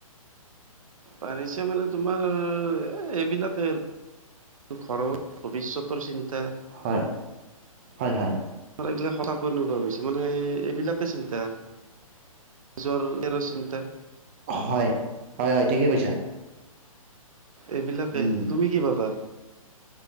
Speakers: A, on the right (about 65°); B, on the right (about 20°).
A: বাঢ়িছে মানে তোমাৰ এইবিলাকে আৰু ঘৰৰ ভৱিষ্যতৰ চিন্তা!
B: হয়, হয়, হয়।
A: এইবিলাকে চাপ অনুভৱ, মানে এইবিলাকে চিন্তা। জ্বৰ, তেৰ চিন্তা।
B: হয়, হয়, হয়, ঠিকেই কৈছা।
A: এইবিলাকে,
B: উম
A: তুমি কি ভাবা?